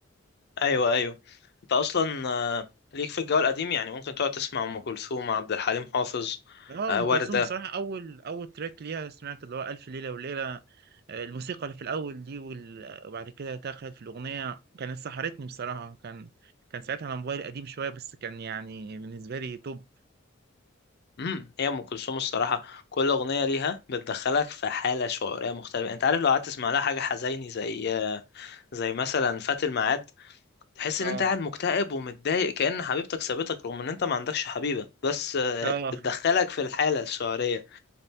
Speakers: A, on the left; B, on the right.
A: ايوه ايوه انت اصلا آه، ليك في الجو القديم يعني ممكن تقعد تسمع ام كلثوم عبد الحليم حافظ
B: اه
A: آه،
B: ام
A: وردة
B: كلثوم بصراحه اول اول تراك ليها سمعت اللي هو الف ليله وليله آه، الموسيقى اللي في الاول دي وال- وبعد كده دخلت في الاغنيه كانت سحرتني بصراحه كان كان ساعتها على موبايل قديم شويه بس كان يعني بالنسبه لي توب
A: امم هي ام كلثوم الصراحه كل اغنيه ليها بتدخلك في حاله شعوريه مختلفه انت عارف لو قعدت تسمع لها حاجه حزيني زي آه، زي مثلا فات الميعاد تحس
B: اه
A: ان انت قاعد مكتئب ومتضايق كأن حبيبتك سابتك رغم ان انت ما عندكش حبيبه بس آه،
B: اه
A: بتدخلك
B: <laughs>
A: في الحاله الشعوريه